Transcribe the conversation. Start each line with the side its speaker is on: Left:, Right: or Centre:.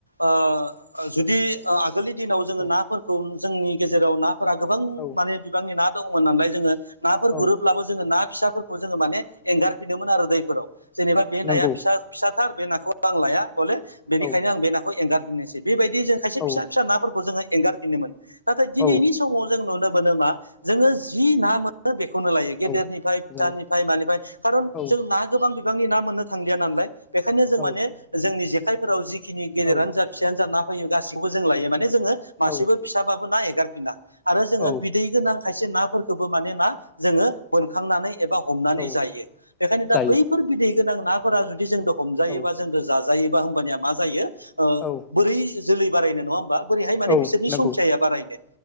Right: ओ जुदि ओ आगोलनि दिनाव जोङो
Left: औ
Right: नाफोरखौ जोंनि गेजेराव नाफोरा गोबां
Left: औ
Right: माने बिबांनि ना दंमोन नालाय जोङो नाफोर
Left: औ
Right: गुरोब्लाबो जोङो ना फिसाफोरखौ जोङो माने एंगारफिनोमोन आरो दैफोराव। जेनेबा बे नाया
Left: नंगौ
Right: फिसा फिसाथार बे नाखौ आं लाया बले बेनिखायनो
Left: औ
Right: आं बे नाखौ एंगार फिन्नोसै। बेबायदि जों खायसे
Left: औ
Right: फिसा फिसा नाफोरखौ जो एंगारफिनोमोन नाथाय दिनैनि
Left: औ
Right: समाव जों नुनो मोनो मा जोङो जि ना मोनो बेखौ नो लायो गेदेरनिफ्राय
Left: औ
Right: फिसानिफ्राय
Left: जायो
Right: मानिफ्राय कारन
Left: औ
Right: जों ना गोबां बिबांनि ना मोननो थांलिया नालाय बेखायनो जों
Left: औ
Right: माने जोंनि जेखाइफोराव जिखिनि गेदेरानो
Left: औ
Right: जा फिसायानो जा ना गासिखौबो जों लायो माने जोङो मासेबो
Left: औ
Right: फिसाबाबो ना एगारफिना आरो जोङो
Left: औ
Right: बिदै गोनां खायसे नाफोरखौबो माने मा जोङो बोनखांनानै एबा हमनानै
Left: औ
Right: जायो। बेखायनो
Left: जायो
Right: दा बैफोर बिदै गोनां नाफोरा जुदि जोंद' हमजायोबा
Left: औ
Right: जोंद' जाजायोबा होमबानिया मा जायो ओ
Left: औ
Right: बोरै जोलै बारायनो नङा होमबा? बोरैहाय माने
Left: औ
Right: बिसोरनि
Left: नंगौ
Right: संख्याया बारायनो।